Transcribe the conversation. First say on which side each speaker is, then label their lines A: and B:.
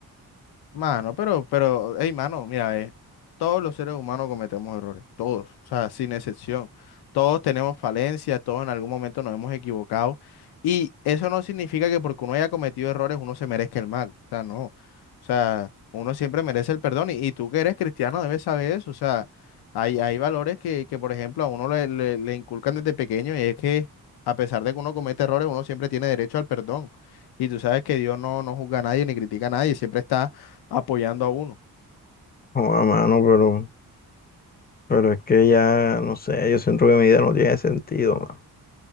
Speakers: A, on the left; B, on the left.
A: Mano, pero, pero, hey, mano, mira, eh, todos los seres humanos cometemos errores, todos, o sea, sin excepción. Todos tenemos falencias, todos en algún momento nos hemos equivocado. Y eso no significa que porque uno haya cometido errores uno se merezca el mal, o sea, no. O sea, uno siempre merece el perdón y, y tú que eres cristiano debes saber eso, o sea, hay, hay valores que, que, por ejemplo, a uno le, le le inculcan desde pequeño y es que a pesar de que uno comete errores, uno siempre tiene derecho al perdón. Y tú sabes que Dios no, no juzga a nadie ni critica a nadie, siempre está apoyando a uno.
B: No, a mano, pero, pero es que ya, no sé, yo siento que mi vida no tiene sentido, mano.